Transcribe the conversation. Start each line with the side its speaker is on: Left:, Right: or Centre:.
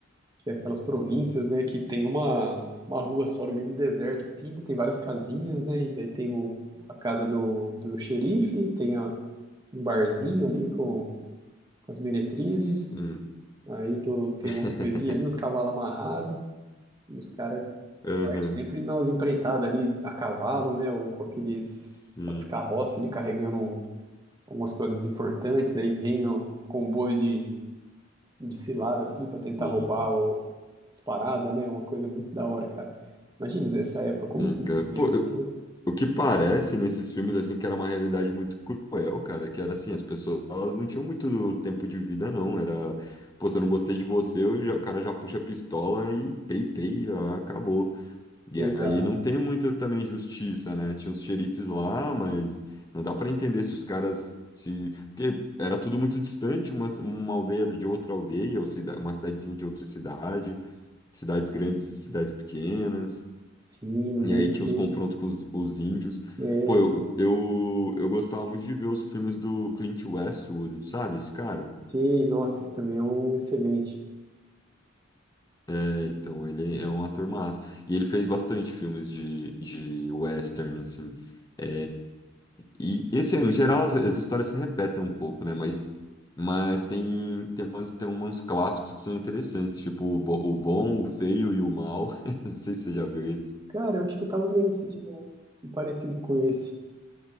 Right: que é aquelas províncias, né? Que tem uma, uma rua só no meio do deserto, assim, daí tem várias casinhas, né? E daí tem o, a casa do, do xerife, tem a- um barzinho ali com, com as meretrizes,
Left: sim.
Right: aí do, tem
Left: <laughs>
Right: umas coisinhas ali, uns cavalos amarrados, e os caras
Left: Aham.
Right: partem sempre nas empreitadas ali a cavalo, né? Ou com aqueles,
Left: Sim,
Right: aquelas carroças ali carregando um algumas coisas importantes, aí vem o comboio de, de cilada, assim, pra tentar
Left: sim.
Right: roubar o- as paradas, né? Uma coisa muito da hora, cara. Imagina
Left: Sim,
Right: nessa época, como que deveria
Left: cara. Pô,
Right: ser,
Left: eu-
Right: né?
Left: O que parece nesses filmes, assim, que era uma realidade muito cruel, cara, que era assim, as pessoas, elas não tinham muito tempo de vida, não, era, pô, se eu não gostei de você, eu já- o cara já puxa a pistola e pei, pei, já acabou. E
Right: Exato.
Left: aí não tem muita também justiça, né, tinha os xerifes lá, mas não dá pra entender se os caras, se, porque era tudo muito distante, uma, uma aldeia de outra aldeia, ou cida, uma cidadezinha de outra cidade, cidades grandes e cidades pequenas.
Right: Sim, no
Left: E
Right: meio
Left: aí
Right: de
Left: tinha
Right: tudo.
Left: os confrontos com os, os índios.
Right: É,
Left: Pô, eu, eu, eu gostava muito de ver os filmes do Clint Eastwood, sabe? Esse cara.
Right: sim, nossa, esse também é um excelente.
Left: É, então, ele é um ator massa. E ele fez bastante filmes de, de western, assim. É, e, e, assim, no geral, as, as histórias se repetem um pouco, né? Mas, mas tem, tem, umas, tem uns clássicos que são interessantes, tipo O, Bo- o Bom, o Feio e o Mal. <laughs> Não sei se você já viu isso.
Right: Cara, eu acho que eu tava vendo esses dias um um parecido com esse.